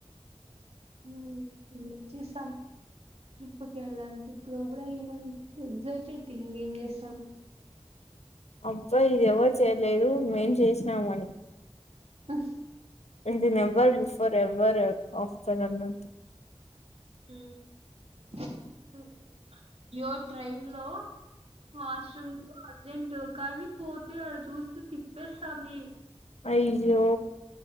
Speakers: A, on the right; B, on the left.
A: ఉమ్ వి చీసం ట్రిప్పుకేళ్ళాం ట్రిప్పులో కూడా ఏమంత ఎగజైటెడ్ తింగ్ ఏం చేస్తాం
B: అబ్బాయి ఇది ఎవరు చేయలేదు మేం చేసినామని
A: ఆ
B: ఇది నెవ్వర్ బిఫోర్ ఎవ్వర్ ఆఫ్టర్ అన్నట్టు
A: ఆ యెర్ ట్రైన్ లో వాష్రూమ్ లో అద్ రెండు కాలి పోతే ఆడ చూస్తే తిప్పేస్తాంది
B: అయ్యో